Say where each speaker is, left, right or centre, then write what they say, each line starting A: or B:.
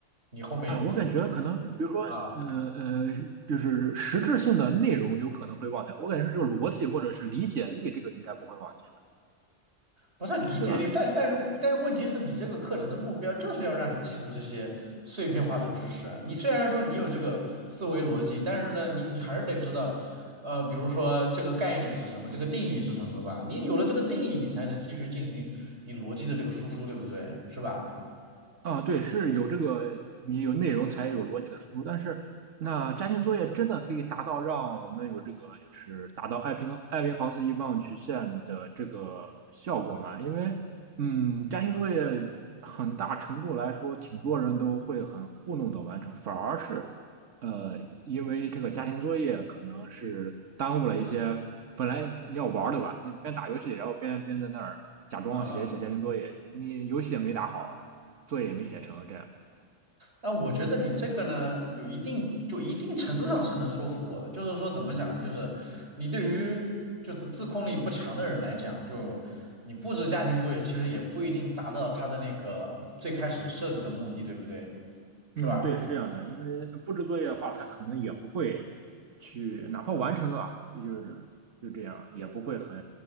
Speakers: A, on the right; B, on the right.
A: 你后面也不就
B: 啊，我感觉可能，比如说，
A: 啊？
B: 嗯呃，就是实质性的内容有可能会忘掉，我感觉是就是逻辑或者是理解力，这个应该不会忘记的，
A: 不是理解力，
B: 对吧？
A: 但但是但是问题是你这个课程的目标就是要让你记住这些碎片化的知识啊。你虽然说你有这个思维逻辑，但是呢，你你还是得知道，呃，比如说这个概念是什么，这个定义是什么吧。你有了这个定义，你才能继续进行你逻辑的这个输出，对不对？是吧？
B: 啊，对，是有这个，你有内容才有逻辑的输出。但是，那家庭作业真的可以达到让我们有这个，就是达到艾宾艾宾浩斯遗忘曲线的这个效果吗？因为，嗯，家庭作业很大程度来说，挺多人都会很糊弄的完成，反而是，呃，因为这个家庭作业可能是耽误了一些本来要玩儿的吧，你边打游戏，然后边边在那儿假装写一写家庭作业，
A: 嗯嗯
B: 你游戏也没打好。作业也没写成，这样。
A: 那我觉得你这个呢，有一定就一定程度上是能说服我的，就是说怎么讲呢，就是你对于就是自控力不强的人来讲，就你布置家庭作业其实也不一定达到他的那个最开始设置的目的，对不对？是吧？
B: 嗯，对，是这样的，因为布置作业的话，
A: 嗯
B: 他可能也不会去，哪怕完成了，就是就这样，也不会很